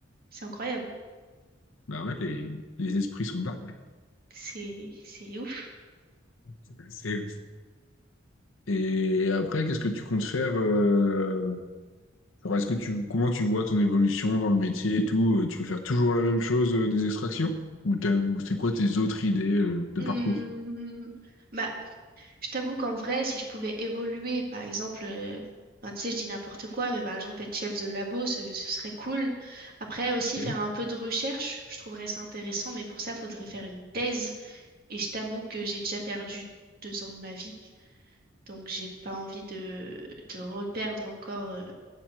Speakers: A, on the right (about 50°); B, on the left (about 75°).
A: c'est incroyable.
B: Bah ouais, les, les esprits sont dingues.
A: C'est, c'est ouf.
B: <laughs> C'est Et après, qu'est-ce que tu comptes faire euh, alors est-ce que tu comment tu vois ton évolution dans le métier et tout? euh, Tu veux faire toujours la même chose euh, des extractions? Ou t'as- ou c'est quoi tes autres idées euh, de
A: Hmm.
B: parcours?
A: Bah, Je t'avoue qu'en vrai, si je pouvais évoluer, par exemple, euh, enfin, tu sais, je dis n'importe quoi, mais par exemple, être chef de labo, ce, ce serait cool. Après, aussi,
B: Ok.
A: faire un peu de recherche, je trouverais ça intéressant, mais pour ça, faudrait faire une thèse. Et je t'avoue que j'ai déjà perdu deux ans de ma vie, donc j'ai pas envie de, de reperdre encore euh,